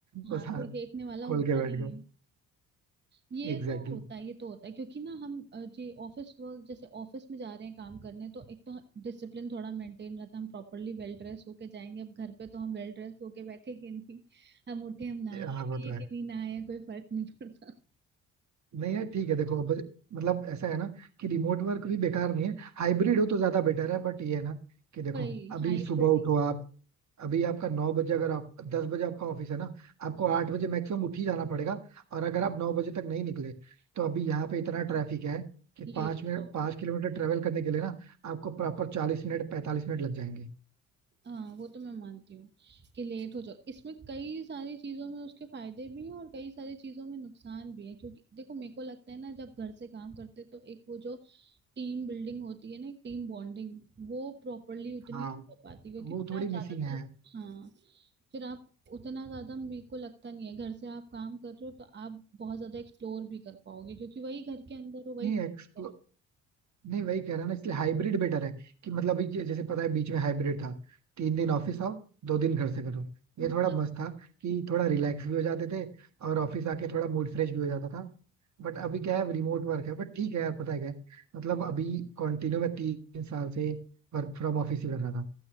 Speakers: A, on the right; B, on the right.
A: बस
B: हाँ
A: हाँ
B: कोई देखने वाला होता
A: खोल के
B: नहीं
A: बैठ गया
B: है ये
A: Exactly
B: तो होता है ये तो होता है क्योंकि ना हम अ, जी ऑफिस वर्क जैसे ऑफिस में जा रहे हैं काम करने तो एक तो डिसिप्लिन थोड़ा मेंटेन रहता है हम प्रॉपरली वेल ड्रेस होके जाएंगे अब घर पे तो हम वेल ड्रेस होके बैठेंगे नहीं हम उठे हम नहाए
A: exactly. हाँ वो
B: भी
A: तो
B: है
A: है
B: कि नहीं नहाए कोई फर्क नहीं पड़ता
A: नहीं यार ठीक है देखो अब मतलब ऐसा है ना कि रिमोट वर्क भी बेकार नहीं है हाइब्रिड हो तो ज्यादा बेटर है बट ये है ना कि देखो
B: भाई
A: अभी
B: हाइब्रिड
A: सुबह उठो आप अभी आपका नौ बजे अगर आप दस बजे आपका ऑफिस है ना आपको आठ बजे मैक्सिमम उठ ही जाना पड़ेगा और अगर आप नौ बजे तक नहीं निकले तो अभी यहाँ पे इतना ट्रैफिक है कि
B: लेट
A: पाँच
B: हो
A: मिनट
B: जाओगे
A: पाँच किलोमीटर ट्रेवल करने के लिए ना आपको प्रॉपर चालीस मिनट पैंतालीस मिनट लग जाएंगे
B: हाँ वो तो मैं मानती हूँ कि लेट हो जाओ इसमें कई सारी चीजों में उसके फायदे भी हैं और कई सारी चीजों में नुकसान भी है क्योंकि देखो मेरे को लगता है ना जब घर से काम करते तो एक वो जो टीम बिल्डिंग होती है ना एक टीम बॉन्डिंग वो प्रॉपरली उतनी
A: हाँ
B: नहीं हो पाती क्योंकि
A: वो
B: फिर
A: थोड़ी
B: आप
A: मिसिंग
B: ज्यादातर
A: है
B: हाँ फिर आप उतना ज्यादा मेरे को लगता नहीं है घर से आप काम कर रहे हो तो आप बहुत ज्यादा एक्सप्लोर भी कर पाओगे क्योंकि वही घर के अंदर हो वही
A: नहीं
B: चीज
A: एक्सप्लो
B: कर रहे
A: नहीं वही कह रहा ना इसलिए हाइब्रिड बेटर है कि मतलब अभी जे- जैसे पता है बीच में हाइब्रिड था तीन दिन ऑफिस आओ दो दिन घर से करो ये
B: हो वो
A: थोड़ा
B: ज्यादा-
A: मस्त था कि
B: हाँ
A: थोड़ा रिलैक्स भी हो जाते थे और ऑफिस आके थोड़ा मूड फ्रेश भी हो जाता था बट अभी क्या है रिमोट वर्क है बट ठीक है यार पता है क्या है मतलब अभी कंटिन्यू मैं तीन साल से वर्क फ्रॉम ऑफिस ही कर रहा था